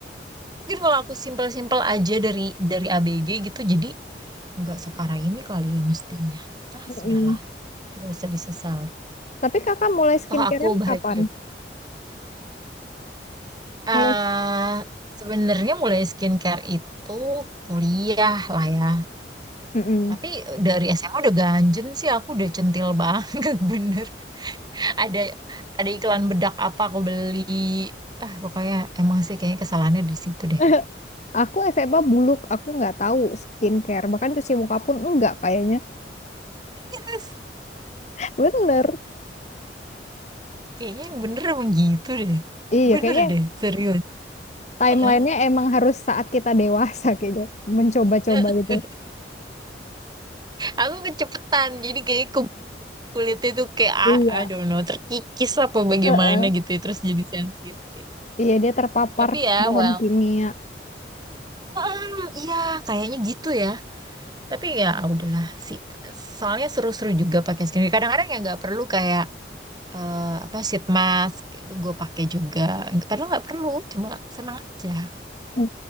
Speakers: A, on the right (about 25°); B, on the left (about 40°).
A: mungkin kalau aku simpel-simpel aja dari dari ABG gitu, jadi nggak separah ini kali ya mestinya. Ah,
B: Mm-mm.
A: sudahlah, tidak usah disesali.
B: Tapi kakak mulai skincarean
A: Toh aku bahagia
B: kapan?
A: eh
B: Mulai.
A: sebenarnya mulai skincare itu kuliah lah ya.
B: Mm-mm.
A: Tapi eh, dari SMA udah ganjen sih aku udah centil banget <laughs> bener. Ada ada iklan bedak apa aku beli. Ah pokoknya emang sih kayaknya kesalahannya di situ deh.
B: <laughs> Aku SMA buluk, aku nggak tahu skincare. Bahkan cuci muka pun enggak kayaknya.
A: <laughs>
B: <laughs> Bener.
A: Kayaknya yang bener emang gitu deh.
B: Iya,
A: Bener
B: kayaknya
A: deh, serius.
B: timelinenya
A: Heeh.
B: emang harus saat kita dewasa kayaknya. Mencoba-coba
A: <laughs>
B: gitu.
A: Aku kecepetan, jadi kayak ke kulit itu kayak
B: Iya.
A: ah, I don't know, terkikis apa bagaimana
B: Heeh.
A: gitu, ya, terus jadi sensitif.
B: Iya, dia terpapar
A: Tapi ya,
B: bahan
A: well,
B: kimia.
A: Mm, Iya, kayaknya gitu ya. Tapi ya udahlah sih. Soalnya seru-seru juga pakai skincare. Kadang-kadang ya nggak perlu kayak eh, apa sheet mask itu gue pakai juga. Padahal nggak perlu, cuma senang aja.
B: Mm.